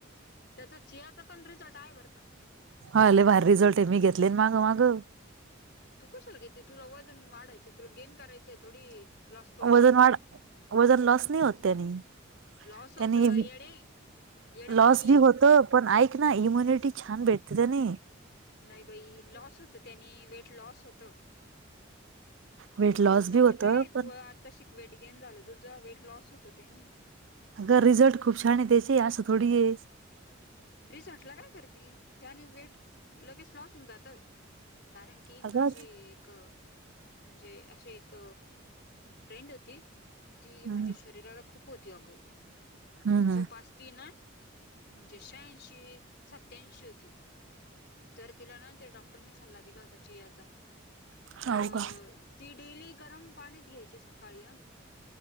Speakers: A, on the left (about 55°); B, on the right (about 65°).
A: त्याच्यात चियाचा पण रिसॉर्ट आहे बरं का
B: हा लय भारी रिझल्ट आहे मी घेतले ना मागं मागं
A: आणि तू कशाला घेते तुला वजन वाढायचं तुला गेन करायचेय थोडी लॉस थोडी करायचे
B: वजन वाढ वजन लॉस नाही होत त्यानी
A: लॉस होत
B: त्यानी
A: येडे येड
B: लॉस
A: बाई
B: बी होतो पण ऐक ना इम्युनिटी छान भेटते त्यानी
A: नाही बाई लॉस होतो त्यानी वेट लॉस होतं
B: वेट
A: तू घेऊ
B: लॉस
A: नको
B: बी होतं
A: ते
B: पण
A: तू आत्ता शिक वेट गेन झालं तुझं वेट लॉस होतं त्यानी
B: अगं रिझल्ट खूप छान आहे त्याचे असं थोडीए
A: रिसॉर्टला काय करती त्यानी वेट लगेच लॉस होऊन जातं कारण की माझी
B: अगं
A: एक म्हणजे अशी एक फ्रेंड होती ती म्हणजे
B: हं,
A: शरीराला खूप होती अगं
B: हं,
A: जोपासती
B: हं.
A: ना म्हणजे अशी श्याऐंशी, सत्याऐंशी होती तर तिला ना डॉक् नी सल्ला दिला होता चियाचा तर
B: हाव का?
A: ती डेली गरम पाण्यात घ्यायची सकाळी आ